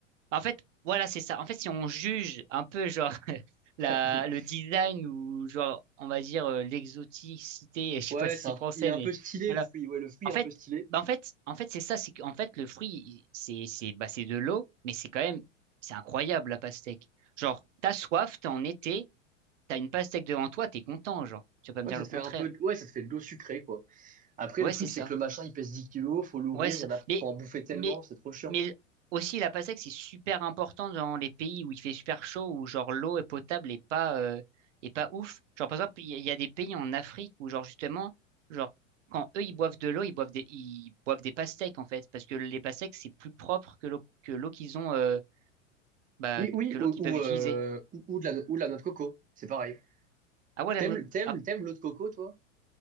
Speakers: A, on the right; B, on the right.
A: en fait voilà c'est ça. En fait si on juge un peu genre <laughs>
B: <laughs>
A: la le design ou genre on va dire euh, l'exoticité, <laughs> je sais
B: Ouais,
A: pas si
B: c'est
A: c'est
B: un-
A: français
B: il est un
A: mais
B: peu stylé,
A: voilà
B: le fruit. Ouais, le fruit
A: en
B: est
A: fait,
B: un peu stylé.
A: bah, en fait, en fait, c'est ça, c'est qu'en fait, le fruit, il- c'est, c'est, bah, c'est de l'eau, mais c'est quand même, c'est incroyable, la pastèque. Genre, t'as soif, t'es en été, t'as une pastèque devant toi, t'es content, genre. Tu vas pas me
B: Ouais,
A: dire
B: ça
A: le
B: te
A: contraire.
B: fait un peu, ouais, ça te fait de l'eau sucrée, quoi. Après,
A: Ouais,
B: le truc,
A: c'est ça.
B: c'est que le machin, il pèse dix kilos, faut l'ouvrir,
A: Ouais, c'est-
B: il y en a,
A: mais,
B: faut en bouffer tellement,
A: mais,
B: c'est trop chiant.
A: mais aussi la PASEC, c'est super important dans les pays où il fait super chaud, où genre l'eau est potable et pas, euh, et pas ouf. Genre par exemple, il y, a il y a des pays en Afrique où genre justement, genre quand eux ils boivent de l'eau, ils boivent des, ils boivent des pastèques en fait, parce que les pastèques c'est plus propre que l'eau que l'eau qu'ils ont, euh, bah,
B: Oui, oui,
A: que
B: ou,
A: l'eau qu'ils
B: ou,
A: peuvent utiliser.
B: euh, ou, ou de la, ou de la noix de coco, c'est pareil.
A: Ah ouais, la
B: T'aimes,
A: no-
B: t'aimes,
A: ah,
B: t'aimes l'eau de coco, toi?